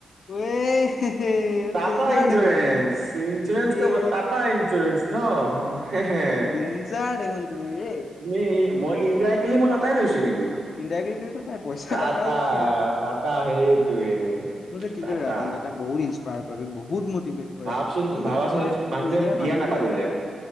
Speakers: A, on the left; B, on the right.
A: এহেহে। তেনে
B: টাটা
A: ডেঞ্জাৰ
B: ইঞ্চুৰেঞ্চ
A: দেখোন তেনে এই।
B: ইঞ্চুৰেঞ্চ ক'ৰ পৰা টাটা ইঞ্চুৰেঞ্চ ন হেহে
A: ডেঞ্জাৰ দেখোন তেনে এই।
B: এই এই মই ইনডাইৰেক্টলি মই তাপাই লৈছোঁ কিন্তু।
A: ইাইট ত তাই পইচা
B: টাটা
A: দা যেতিয়াোৰ
B: টাটা সেইটোৱে
A: যে কিন্তু
B: টাটা
A: ৰাান দাদা <unintelligible> বহুত ইনস্পায়াৰ কৰে বহুত মটিভেট কৰে
B: ভাবচোন
A: কিন্তু
B: ভাবাচোন
A: আমাৰ
B: এই মানুহটোৱে
A: ইণ্ডিয়াৰ
B: বিয়া
A: মানুহ
B: নাপাতিলে
A: বিলাকে মানে